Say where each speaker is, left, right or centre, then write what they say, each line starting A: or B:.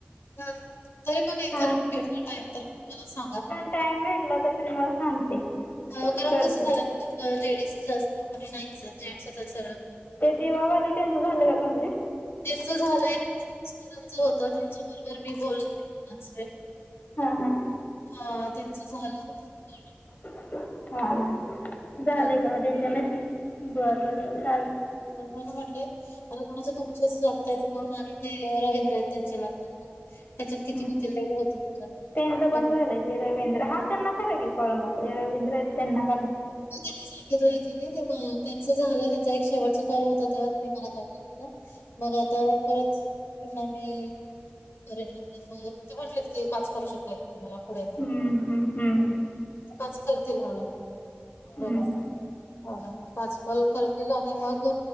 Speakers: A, on the left (about 80°); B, on the left (about 45°).
A: ह तरी पण एक
B: हां
A: जर भेटला टाईम तर म मला सांगा
B: टाइम भेटला तर मी तुम्हाला सांगते.
A: कारण
B: करते
A: कसं झालं लेडीज जास्त कोणी नाहीचं हाय जेंट्सचं आहेत सगळं
B: तेवावाले त्यांचं झालं का कम्प्लीट?
A: त्याच झालंय त्यांच्या मिस्टरांचं होत त्यांच्या बरोबर मी बोलली बराच वेळ
B: हा हा
A: हा त्यांच झालं बोलून
B: हा हा झालंय
A: बघा.
B: का मग त्यांच्या मिस्ट बर बर बर चालतय.
A: म्हणून म्हंटले आता कोणाच तुमचेच लागतात फोन आणि ते रवींद्र आहेत त्यांच्या लाग त्याच्यात किती
B: हं.
A: होतील तेवढे होतील
B: त्यांचं पण
A: बघू
B: झालं आहे ते रवींद्र हा त्यांना करा की कॉल मग ते रवींद्र आहेत त्यांना करा
A: मी त्यांनी सांगितलंय क त्यांच जे झालं त्यांचा एक शेवटचा कॉल होता तेव्हा त्यांनी मला कॉल केला मग आता परत पुन्हा मी करेन <inaudible> ते म्हटलेत की पाच करू शकतात मला पुढे
B: हं, हं, हं, हं.
A: पाच करतील मला
B: हं,
A: ब बर
B: हं.
A: पाच कॉल करतील आणि मग